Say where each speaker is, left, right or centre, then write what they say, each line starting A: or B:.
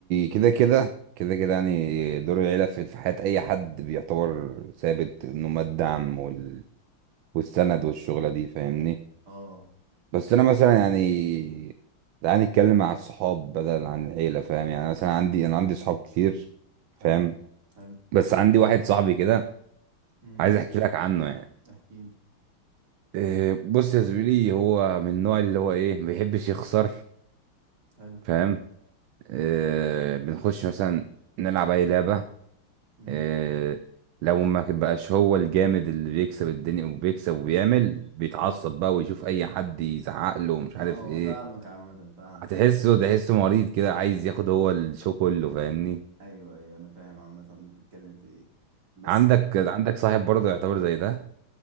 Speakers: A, on the right; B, on the right.
A: كده كده كده كده يعني دور العيلة في في حياة أي حد بيعتبر ثابت إنه ما الدعم وال... والسند والشغلة دي فاهمني
B: اه
A: بس أنا مثلا يعني تعالى نتكلم مع الصحاب بدل عن العيلة فاهم يعني مثلا عندي أنا عندي صحاب كتير
B: حلو
A: فاهم
B: حلو
A: بس عندي واحد صاحبي كده
B: امم
A: عايز أحكي لك عنه يعني
B: احكي لي
A: إيه بص يا زميلي هو من النوع اللي هو إيه ما بيحبش يخسر
B: حلو
A: فاهم إيه بنخش مثلا نلعب أي لعبة
B: امم
A: آه، لو ما بقاش هو الجامد اللي بيكسب الدنيا وبيكسب وبيعمل بيتعصب
B: اه
A: بقى ويشوف اي حد يزعق له ومش عارف
B: اه
A: ايه
B: فاهمك عامة فاهم
A: هتحسه تحسه مريض كده عايز ياخد هو الشو كله فاهمني
B: ايوه ايوه انا فاهم عامة انت بتتكلم في ايه بس
A: عندك عندك صاحب برضه يعتبر زي ده